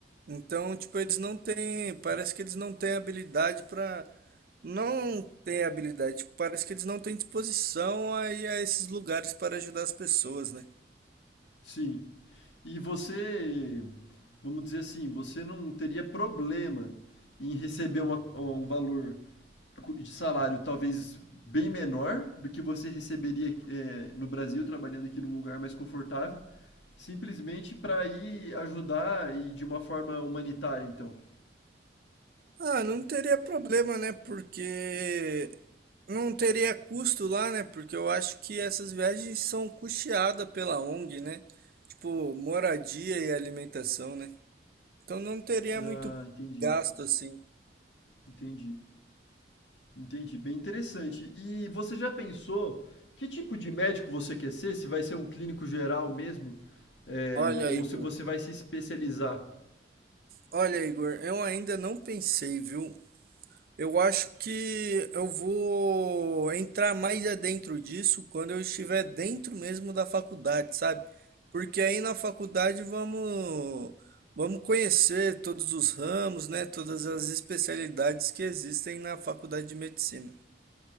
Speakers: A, on the right (about 50°); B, on the left (about 85°).
A: Então, tipo, eles não têm, parece que eles não têm habilidade para, não têm habilidade, tipo, parece que eles não têm disposição a ir a esses lugares para ajudar as pessoas, né?
B: Sim. E você, vamos dizer assim, você não teria problema em receber uma- um valor de salário talvez bem menor do que você receberia é, no Brasil, trabalhando aqui num lugar mais confortável, simplesmente para ir ajudar e de uma forma humanitária, então.
A: Ah, não teria problema, né? Porque não teria custo lá, né? Porque eu acho que essas viagens são custeadas pela ONG, né? Tipo, moradia e alimentação, né? Então não teria
B: Ah,
A: muito
B: entendi,
A: gasto assim.
B: entendi, entendi. Bem interessante. E você já pensou que tipo de médico você quer ser? Se vai ser um clínico geral mesmo? É,
A: Olha,
B: ou
A: Igor.
B: se você vai se especializar?
A: Olha, Igor, eu ainda não pensei, viu? Eu acho que eu vou entrar mais adentro disso quando eu estiver dentro mesmo da faculdade, sabe? Porque aí na faculdade vamos vamos conhecer todos os ramos, né? Todas as especialidades que existem na faculdade de medicina.